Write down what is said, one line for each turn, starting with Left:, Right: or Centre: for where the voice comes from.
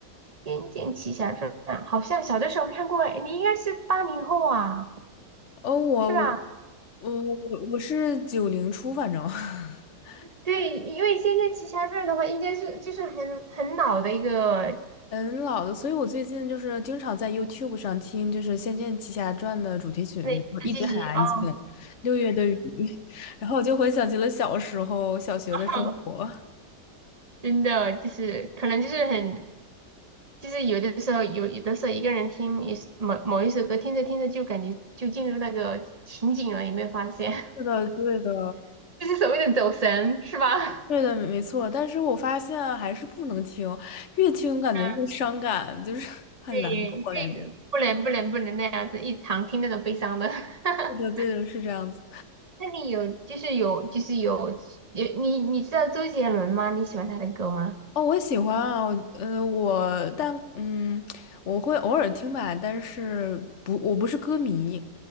Right: 《仙剑奇侠传》好像小的时候看过，哎，你应该是八零后啊，
Left: 哦，我我
Right: 是吧？
Left: 我我我是九零初，反正 <laughs>
Right: 对，因为《仙剑奇侠传》的话，应该是就是很很老的一个
Left: 嗯老的，所以我最近就是经常在 YouTube 上听就是《仙剑奇侠传》的主题曲，
Right: 对，
Left: 比如说一直很安静，
Right: 自己哦，
Left: 六月的雨，<laughs> 然后我就回想起了小时候小学的生活。
Right: <laughs> 真的就是可能就是很，就是有的时候有有的时候一个人听一某某一首歌，听着听着就感觉就进入那个情景了，有没有发现？
Left: 是的，对的，
Right: <laughs> 就是所谓的走神，是吧？
Left: 对的，没错。但是我发现啊还是不能听，越听感觉越伤感，
Right: 嗯，
Left: 就是 <laughs> 很难过感觉。
Right: 对，这个不能不能不能那样子，一常听那种悲伤的。<laughs>
Left: 对的，对的，是这样子。
Right: 那你有就是有就是有有你你知道周杰伦吗？你喜欢他的歌吗？
Left: 哦，我喜欢啊，我呃，我但嗯，我会偶尔听吧，但是不，我不是歌迷。